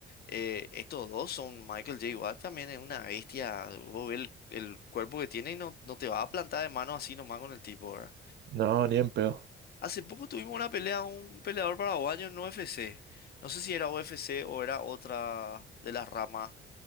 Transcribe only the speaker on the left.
eh, estos dos son Michael J. Watt también es una bestia. Vos ves el, el cuerpo que tiene y no, no te va a plantar de mano así nomás con el tipo, ¿verdad?
Hace poco tuvimos una pelea, un peleador paraguayo en UFC. No sé si era UFC o era otra de las ramas,